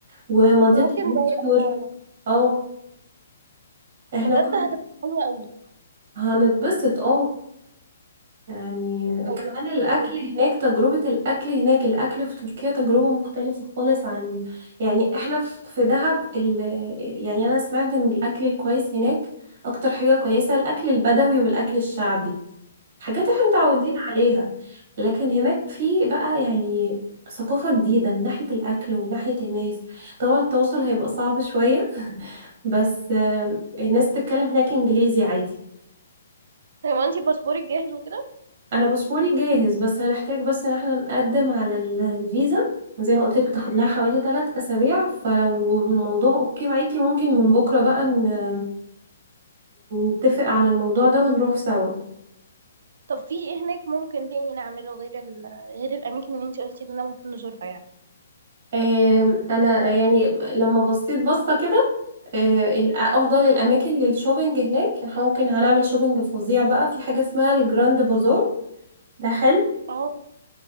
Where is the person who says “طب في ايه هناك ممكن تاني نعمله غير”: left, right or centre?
Right